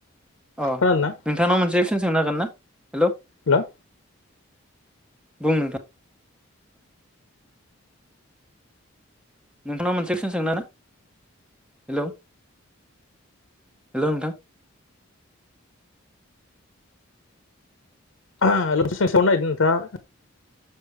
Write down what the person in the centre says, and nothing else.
अ
नोंथांनाव मोनसे सोंनो हांगोन ना हेलौ
बुं नोंथां नोंथाङा मोनसे कुइसन सोंना ना हेलौ हेलौ नोंथां